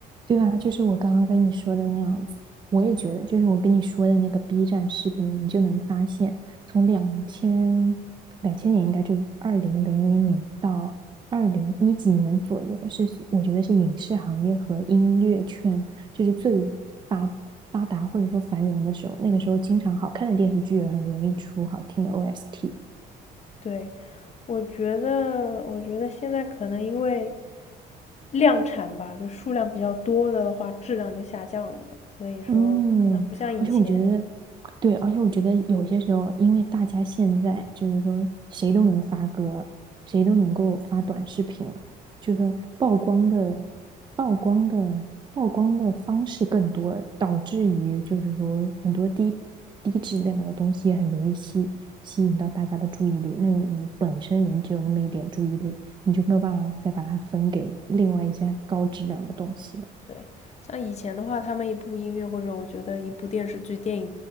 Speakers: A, on the right (about 25°); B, on the left (about 40°).
A: 对吧？就是我刚刚跟你说的那样子，我也觉得，就是我跟你说的那个 B 站视频，你就能发现，从两千两千年应该就二零零零年到二零一几年左右，是我觉得是影视行业和音乐圈就是最发发达或者说繁荣的时候。那个时候，经常好看的电视剧也很容易出好听的 OST，
B: 对，我觉得，我觉得现在可能因为量产吧，就数量比较多的话，质量就下降了，所以说可能不像以前，
A: 嗯，而且我觉得，对，而且我觉得有些时候，因为大家现在就是说谁都能发歌，谁都能够发短视频了，就是说曝光的、曝光的、曝光的方式更多了，导致于就是说很多低低质量的东西也很容易吸吸引到大家的注意力。那你本身人只有那么一点注意力，你就没有办法再把它分给另外一些高质量的东西了。
B: 对，像以前的话，他们一部音乐或者我觉得一部电视剧、电影，